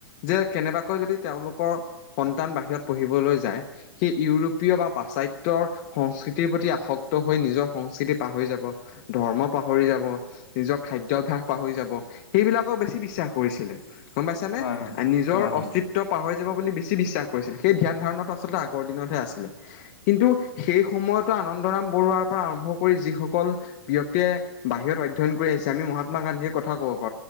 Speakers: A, on the left; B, on the left.
A: যে কেনেবাকৈ তেওঁলোকৰ সন্তান বাহিৰত পঢ়িবলৈ যাই হেই উ ইউৰোপীয় বা পাশ্চাত্যৰ সংস্কৃতিৰ প্ৰতি আসক্ত হৈ নিজৰ সংস্কৃতি পাহৰি যাব ধ পাহৰি যাব নিজৰ খাদ্যভাস পাহৰি যাব সেইবিলাকক বেছি বিশ্বাস কৰিছিল। গম পাইছানে
B: হয় হয়
A: নিজৰ
B: হয় হয়
A: অস্তিত্ব পাহৰি যাব বুলি। বে বিশ্বাস কৰিছিল সেই ধ্যান ধাৰণাটো আচলতে আগৰ দিনতহে আছিলে কিন্তু সেই সময়তো আনন্দৰাম বৰুৱাৰ পৰা আৰম্ভ কৰি যিসকল ব্যক্তিয়ে বাহিৰত অধ্যয়ন কৰি আহিছে আমি মহাত্মা গান্ধীৰ কথা কওঁ। প